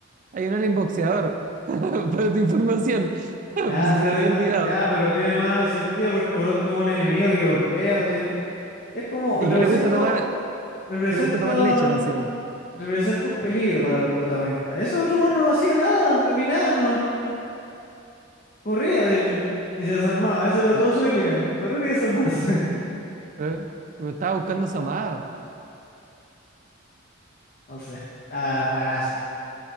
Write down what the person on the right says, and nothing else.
Hay un alien boxeador, <laughs> para tu información, <laughs> por
si
se te había
olvidado.
Y
que le gusta tomar
que le gusta tomar leche, más encima.
Eh,
eh, me Estaba buscando Samá